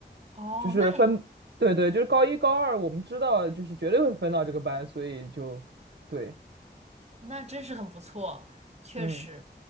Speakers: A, on the right; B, on the right.
A: 哦，
B: 就是分，
A: 那还
B: 对对，就是高一高二，我们知道就是绝对会分到这个班，所以就对，
A: 那真是很不错，确实。
B: 嗯。